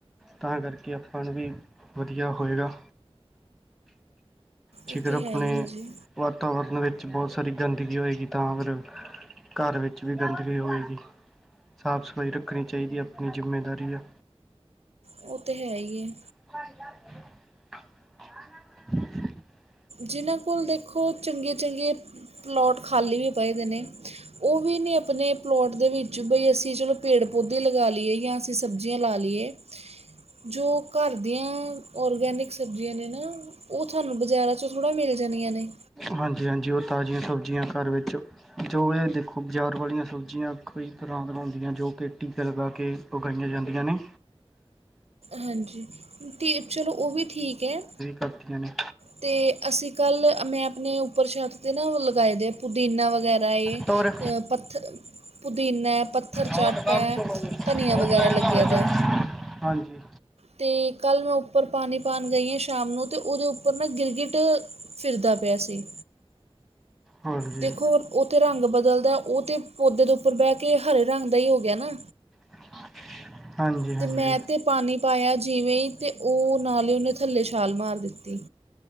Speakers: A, in the centre; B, on the right.
A: ਤਾਂ ਕਰਕੇ ਆਪਾਂ ਨੂੰ ਵੀ ਵਧੀਆ ਹੋਏਗਾ ਜੇਕਰ
B: ਇਹ ਤਾਂ
A: ਆਪਣੇ
B: ਹੈ ਹੀ ਹੈ ਜੀ
A: ਵਾਤਾਵਰਨ ਵਿੱਚ ਬਹੁਤ ਸਾਰੀ ਗੰਦਗੀ ਹੋਏਗੀ ਤਾਂ ਫਿਰ ਘਰ ਵਿੱਚ ਵੀ ਗੰਦਗੀ ਹੋਏਗੀ। ਸਾਫ਼ ਸਫ਼ਾਈ ਰੱਖਣੀ ਚਾਹੀਦੀ ਆਪਣੀ ਜਿੰਮੇਦਾਰੀ ਆ
B: ਉਹ ਤੇ ਹੈ ਹੀ ਹੈ
A: <inaudible> <unintelligible>
B: ਜਿਨ੍ਹਾਂ ਕੋਲ ਦੇਖੋ ਚੰਗੇ-ਚੰਗੇ ਪਲੋਟ ਖਾਲੀ ਵੀ ਪਏ ਦੇ ਨੇ। ਉਹ ਵੀ ਨਹੀਂ ਆਪਣੇ ਪਲੋਟ ਦੇ ਵਿੱਚ ਬਈ ਅਸੀਂ ਚਲੋ ਪੇੜ-ਪੌਦੇੇ ਲਗਾ ਲਈਏ ਜਾਂ ਅਸੀਂ ਸਬਜ਼ੀਆਂ ਲਾ ਲਈਏ ਜੋ ਘਰ ਦੀਆਂ ਔਰਗੈਨਿਕ ਸਬਜ਼ੀਆਂ ਨੇ ਨਾ, ਉਹ ਤੁਹਾਨੂੰ ਬਜ਼ਾਰਾਂ ਚੋਂ ਥੋੜ੍ਹਾ ਮਿਲ ਜਾਣੀਆਂ ਨੇ
A: ਹਾਂਜੀ-ਹਾਂਜੀ। ਉਹ ਤਾਜ਼ੀਆਂ ਸਬਜ਼ੀਆਂ ਘਰ ਵਿੱਚ ਜੋ ਇਹ ਦੇਖੋ। ਬਜ਼ਾਰ ਵਾਲੀਆਂ ਸਬਜ਼ੀਆਂ ਕਈ ਤਰ੍ਹਾਂ ਦਿਆਂ ਹੁੰਦੀਆਂ। ਜੋ ਕਿ ਟੀਕੇ ਲਗਾ ਕੇ ਉਗਾਈਆਂ ਜਾਂਦੀਆਂ ਨੇ
B: ਹਾਂਜੀ। ਤੇ ਚਲੋ ਉਹ ਵੀ ਠੀਕ ਹੈ
A: ਪਾਥਿਯਾਂ ਨੇ
B: ਤੇ ਅਸੀਂ ਕੱਲ, ਮੈਂ ਆਪਨੇ ਉੱਪਰ ਛੱਤ ਤੇ ਨਾ ਉਹ ਲਗਾਏ ਦੇ ਪੁਦੀਨਾ ਵਗੈ <unintelligible>
A: ਤੋਰ
B: ਪੱਥ ਪੁਦੀਨਾ ਏ, ਪੱਥਰ
A: ਆਹ
B: ਚਾਟ
A: ਤਾਂ ਕੰਮ
B: ਐ,
A: ਚਲਾਉਂਦੇ ਹਾਂ
B: ਧਨੀਆ ਵਗੈਰਾ
A: ਤਾਂ ਇਹਦਾ
B: ਲੱਗੇਆ
A: ਹੈ
B: ਦੈ।
A: ਹਾਂਜੀ।
B: ਤੇ ਕੱਲ ਮੈਂ ਉੱਪਰ ਪਾਨੀ ਪਾਨ ਗਈ ਆਂ ਸ਼ਾਮ ਨੂੰ, ਤੇ ਉਦੇ ਉ ਪਰ ਨਾ ਗਿਰਗਿਟ ਫਿਰਦਾ ਪਿਆ ਸੀ
A: ਹਾਂਜੀ
B: ਦੇਖੋ ਉੱਤੇ ਰੰਗ ਬਦਲਦਾ। ਉਹ ਤੇ ਪੌਦੇ ਦੇ ਉੱਪਰ ਬਹਿ ਕੇ ਹਰੇ ਰੰਗ ਦਾ ਹੀ ਹੋ ਗਿਆ ਨਾ।
A: <inaudible> ਹਾਂਜੀ
B: ਅਤੇ ਮੈਂ ਤਾਂ ਪਾਣੀ ਪਾਇਆ। ਜਿਵੇਂ- ਹੀ ਅਤੇ ਉਹ ਨਾਲ ਹੀ ਉਹਨੇ ਥੱਲੇ ਛਾਲ ਮਾਰ ਦਿੱਤੀ।